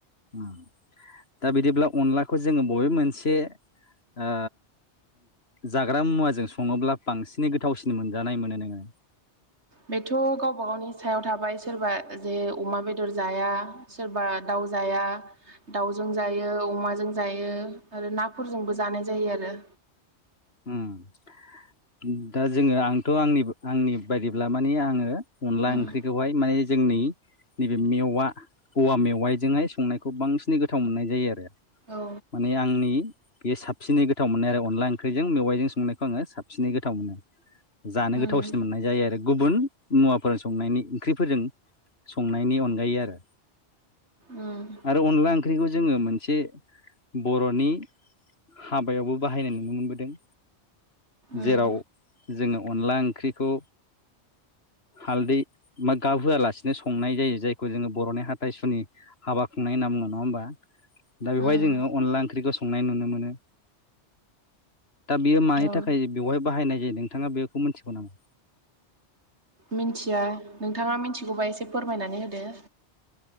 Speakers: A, on the left; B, on the right.
A: उम दा बिदिब्ला अनलाखौ जोङो बबे मोनसे ओ जाग्रा मुवाजों सङोब्ला बांसिनै गोथावसिन मोनजानाय मोनो नोङो
B: बेथ' गावबा गावनि सायाव थाबाय सोरबा जे अमा बेदर बेदर जाया सोरबा दाउ जाया दाउजों जायो अमाजों जायो आरो नाफोरजोंबो जानाय जायो आरो
A: उम दा जोङो आंथ' आंनि आंनि बायदिब्ला माने आङो अनला
B: उम
A: ओंख्रिखौहाय माने जोंनि नैबे मेवा औवा मेवाइजोंहाय संनायखौ बांसिनै गोथाव मोननाय जायो आरो।
B: औ
A: माने आंनि बेयो साबसिनै गोथाव मोननाय आरो अनला ओं ख्रिजों मेवाइजों संनायखौ आङो साबसिनै गोथाव मोनो जानो
B: उम
A: गोथावसिन मोननाय जायो आरो ग गुबुन मुवाफोर संनायनि ओंख्रिफोरजों संनायनि अनगायै आरो।
B: उम
A: आरो अनला ओं ख्रिखौ जोङो मोनसे बर'नि हाबायावबो बाहायनाय नुनो मोनबो दों
B: उम
A: जेराव जोङो अनला ओंख्रिखौ हालदै बा गाब होआलासिनो संनाय जायो जायखौ जोङो बर'नि हाथाइ सुनि हाबा खुंनाय होनना बुङो नङा होमबा दा बेवहाय
B: उम
A: जोङो अनला ओंख्रिखौ संनाय नुनो मोनो। दा बेयो मानि
B: औ
A: थाखाय बेवहाय बाहायनाय जायो नोंथाङा बेखौ मिथिगौ नामा?
B: मिथिया नोंथाङा मिथिगौबा एसे फोरमायनानै होदो।